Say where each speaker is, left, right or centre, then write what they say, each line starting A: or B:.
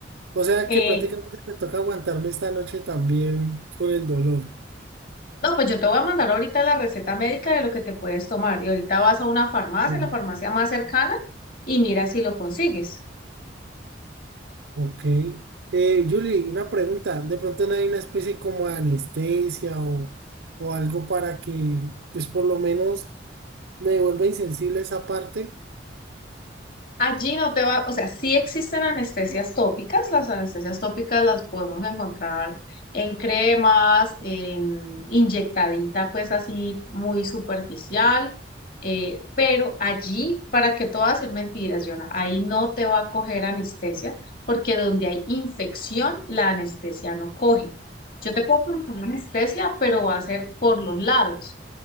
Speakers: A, on the right; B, on the left.
A: O sea
B: Eh,
A: que prácticamente me toca aguantarme esta noche también con el dolor.
B: No, pues yo te voy a mandar ahorita la receta médica de lo que te puedes tomar y ahorita vas a una farmacia,
A: Mm.
B: la farmacia más cercana, y mira si lo consigues.
A: Ok. Eh, Julie, una pregunta. ¿De pronto no hay una especie como de anestesia o, o algo para que, pues por lo menos me vuelva insensible esa parte?
B: Allí no te va, o sea, sí existen anestesias tópicas, las anestesias tópicas las podemos encontrar en cremas, en inyectadita, pues así muy superficial, eh, pero allí, para que todo hacer mentiras, Yona, ahí no te va a coger anestesia, porque donde hay infección, la anestesia no coge. Yo te puedo poner una anestesia, pero va a ser por los lados